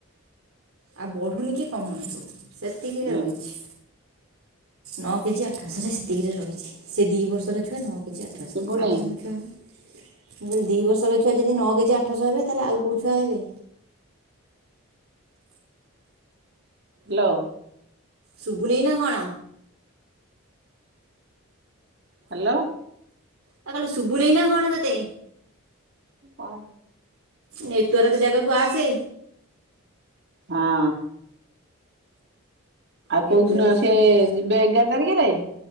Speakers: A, on the right (about 80°); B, on the right (about 50°).
A: ଆଉ ବଢୁନି କି କମୁନି ସେତିକିରେ
B: ହୁଁ
A: ରହିଚି। ନଅ କେଜି ଆଠଶରେ ସେତିକିରେ ରହିଛି ସେ ଦି ବର୍ଷର ଛୁଆ ନଅ କେଜି ଆଠ ଆଉ କଣ
B: ଶୁଭୁନି
A: ଥିବା ମୁଁ କହିଲି ଦି ବର୍ଷର ଛୁଆ ଯଦି ନଅ କେଜି ଆଠଶ ହେବେ ତାହେଲେ ଆଉ କୋଉ ଛୁଆ ହେବେ।
B: ଲ।
A: ସୁବୁନେଇ ନା କଣ?
B: ହାଲୋ।
A: ଆ କହିଲି ଶୁବୁନେଇନା କଣ ତତେ?
B: କହ।
A: ନେଟୱାର୍କ ଜାଗାକୁ ଆସେ।
B: ହଁ। ଆଉ
A: ନେଟୱାର୍କ
B: କୋଉଦିନ ଆ
A: ଜାଗାକୁ
B: ସେ ଯିବେ ଏଗାର ତାରିଖରେ।